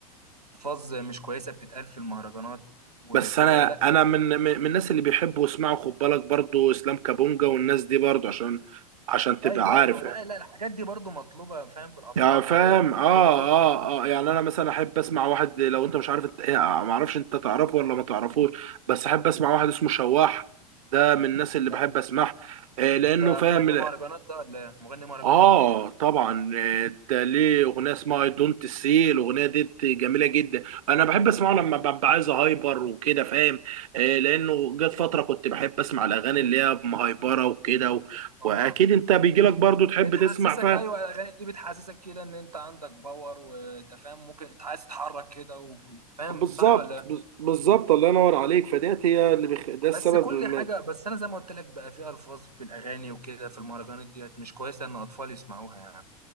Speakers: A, on the right; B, on the right.
A: الفاظ مش كويسة بتتقال في المهرجانات وكده
B: بس انا
A: لا
B: انا من من من الناس اللي بيحبوا يسمعوا خد بالك برضو اسلام كابونجا والناس دي برضو عشان عشان تبقى
A: ايوه
B: عارف
A: ايوه آه، لا الحاجات دي برضو مطلوبة فاهم في الافراح
B: يعني فاهم
A: وكده تبقى مطلوبة
B: اه
A: برضو
B: اه اه يعني انا مثلا احب اسمع واحد لو انت مش عارف انت يعني ما اعرفش انت تعرفه ولا ما تعرفوش بس احب اسمع واحد اسمه شواح ده من الناس اللي بحب
A: ده
B: اسمعها آه لانه
A: ده
B: فاهم
A: مغني
B: ال-
A: مهرجانات ده ولا إيه؟ مغني مهرجانات
B: اه طبعا آه، ده ليه اغنيه اسمها اي دونت سي الاغنيه دي جميله جدا انا بحب اسمعه لما ببقى عايز هايبر وكده فاهم آه لانه جت فتره كنت بحب اسمع الاغاني اللي هي مهايبره وكده و...
A: اه
B: واكيد انت بيجي لك برضو تحب
A: بتحسسك
B: تسمع فاهم
A: ايوه الاغاني دي بتحسسك كده ان انت عندك باور وانت فاهم ممكن عايز تتحرك كده و- فاهم
B: بالظبط
A: صح ولا لا؟
B: بز- بالظبط الله ينور عليك فديت هي اللي بخ... ده السبب
A: بس كل
B: م-
A: حاجه بس انا زي ما قلت لك بقى في الفاظ في الاغاني وكده في المهرجانات ديت مش كويسه ان اطفال يسمعوها يعني